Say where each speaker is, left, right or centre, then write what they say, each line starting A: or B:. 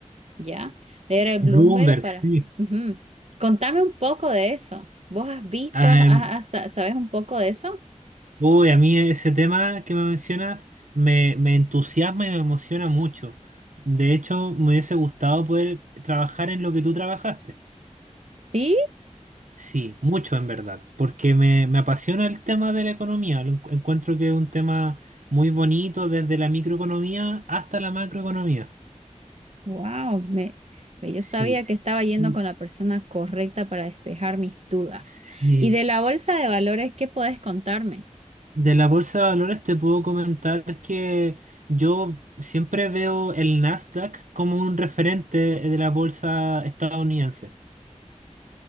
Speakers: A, on the right; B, on the right.
A: ya, leer el
B: Bloomberg,
A: Bloomberg para...
B: sí.
A: Ujú. Contame un poco de eso. ¿Vos has visto,
B: Am,
A: has- has- has- sabes un poco de eso?
B: uy, a mí ese tema que me mencionas me, me entusiasma y me emociona mucho. De hecho, me hubiese gustado poder trabajar en lo que tú trabajaste.
A: ¿Sí?
B: Sí, mucho en verdad, porque me, me apasiona el tema de la economía. Lo encu- encuentro que es un tema muy bonito desde la microeconomía hasta la macroeconomía.
A: Wow, me, me-
B: Sí,
A: yo sabía que estaba yendo
B: mm,
A: con la persona correcta para despejar mis dudas.
B: sí.
A: ¿Y de la bolsa de valores, qué podés contarme?
B: De la bolsa de valores te puedo comentar que yo siempre veo el Nasdaq como un referente de la bolsa estadounidense.